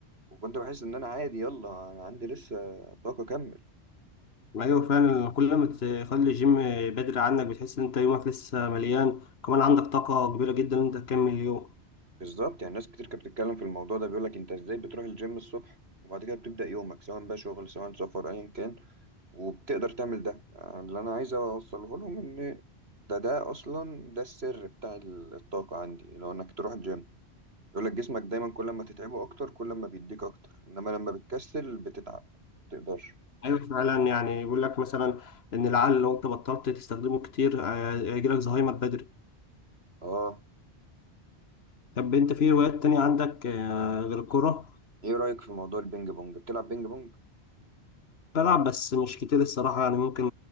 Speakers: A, on the right; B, on the left.
A: وكنت بحس إن أنا عادي يلا أنا عندي لسه طاقة أكمل
B: أيوة فعلا كل ما تخلي الجيم بدري عنك بتحس إن أنت يومك لسه مليان كمان عندك طاقة كبيرة جدا إن أنت تكمل اليوم
A: بالظبط يعني ناس كتير كانت بتتكلم في الموضوع ده بيقولك أنت إزاي بتروح الجيم الصبح وبعد كده بتبدأ يومك سواء بقى شغل سواء سفر أيا كان وبتقدر تعمل ده آه، اللي انا عايز اوصله لهم ان ده ده اصلا ده السر بتاع ال- الطاقة عندي لو انك تروح الجيم يقول لك جسمك دايما كل ما تتعبه اكتر كل ما بيديك اكتر انما لما بتكسل بتتعب ما بتقدرش
B: أيوة فعلا يعني بيقول لك مثلا إن العقل لو أنت بطلت تستخدمه كتير آه، هيجيلك زهايمر بدري
A: اه
B: طب أنت في هوايات تانية عندك آه، غير الكورة؟
A: ايه رأيك في موضوع البينج بونج بتلعب بينج بونج
B: بلعب بس مش كتير الصراحة يعني ممكن